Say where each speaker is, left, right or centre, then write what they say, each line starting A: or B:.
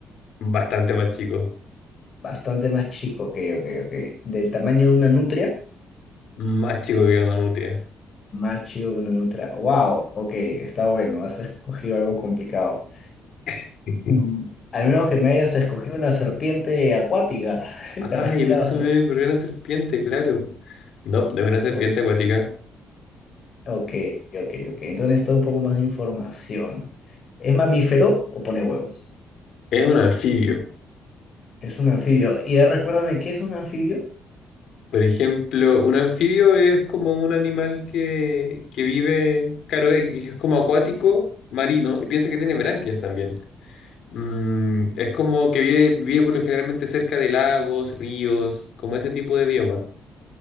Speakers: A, on the left (about 70°); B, on the left (about 50°).
A: Bastante más chico.
B: bastante más chico, ok, ok, ok. Del tamaño de una nutria,
A: Más chico que una nutria.
B: más chico que una nutria. Wow, ok, está bueno, has escogido algo complicado.
A: <laughs>
B: Mm, Al menos que me hayas escogido una serpiente acuática <laughs> que
A: Ay,
B: respira
A: me-
B: bajo
A: se me
B: el
A: ocurrió una serpiente, claro. No, de una serpiente
B: agua.
A: acuática.
B: Ok, ok, ok. Entonces necesito un poco más de información. ¿Es mamífero o pone huevos?
A: Es un anfibio.
B: Es un anfibio. Y ahora recuérdame, ¿qué es un anfibio?
A: Por ejemplo, un anfibio es como un animal que, que vive, claro, y es como acuático, marino, y piensa que tiene branquias también. Mm, es como que vive, vive por lo generalmente cerca de lagos, ríos, como ese tipo de bioma.